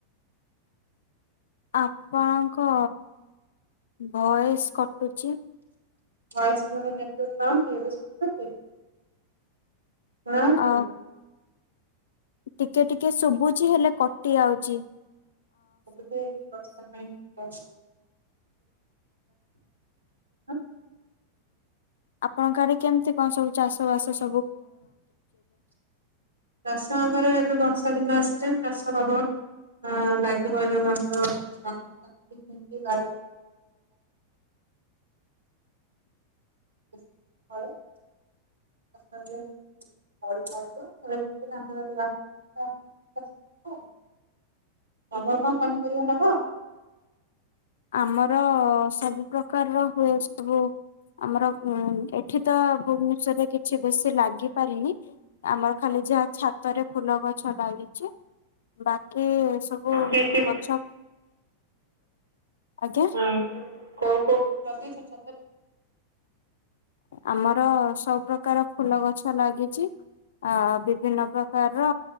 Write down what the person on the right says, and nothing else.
ଭଏସ ମୋର ନେଟୱାକ ପାଉନି ଏବେ ଶୁଭୁଚି? ଶୁଣା ହେଉଚି
ଟି?
<unintelligible> ବର୍ଷା ପାଇଁ <unintelligible> <inaudible>
ଚାଷ ଆମର ଏବେ ବର୍ଷା ଦିନ ଆସିଲା ଚାଷ ହବ ହଁ ଲାଗିବ ଯୋଉଁ ଆମର ଜନି କାକୁଡି ଭେଣ୍ଡି ବାଡ଼ି <inaudible> <inaudible> ତଳି ପଡିବ ଧାନ ରୁହା ହବ। ତମର କଣ ପନିପରିବା ନବ?
କି କି
ହଁ କୋଉଁ କୋଉଁ ଲଗେଇଛ ଛାତରେ?